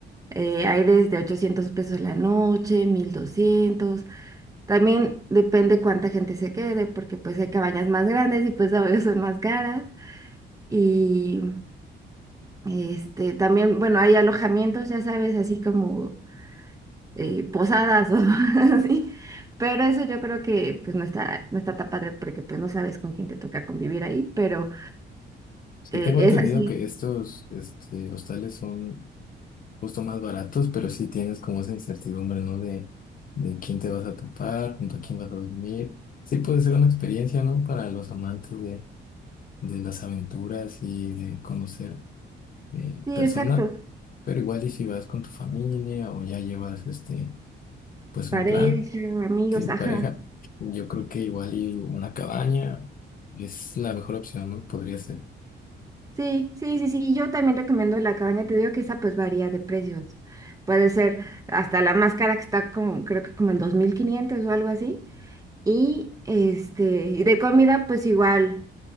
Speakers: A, on the right (about 15°); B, on the left (about 45°).
A: Eh, hay desde 800 pesos la noche, mil doscientos También depende cuánta gente se quede, porque pues hay cabañas más grandes y pues <laughs> a veces son más caras. Y este, también, bueno, hay alojamientos, ya sabes, así como eh, posadas o <laughs> así. Pero eso yo creo que pues no está, no está tan padre porque pues no sabes con quién te toca convivir ahí, pero
B: Sí,
A: eh,
B: tengo entendido
A: es así.
B: que estos este, hostales son justo más baratos, pero sí tienes como esa incertidumbre, ¿no? De, de quién te vas a topar, junto a quién vas a dormir. Sí puede ser una experiencia, ¿no? Para los amantes de, de las aventuras y de conocer eh,
A: Sí,
B: personas,
A: exacto.
B: pero igual y si vas con tu familia o ya llevas este, pues
A: Pareja,
B: un plan.
A: amigos,
B: Sí, pareja.
A: ajá.
B: Yo creo que igual y una cabaña es la mejor opción, ¿no? Podría ser.
A: Sí, sí, sí, sí. Yo también recomiendo la cabaña. Te digo que esa pues varía de precios. Puede ser hasta la más cara que está como, creo que como en 2.500 o algo así. Y este, y de comida pues igual.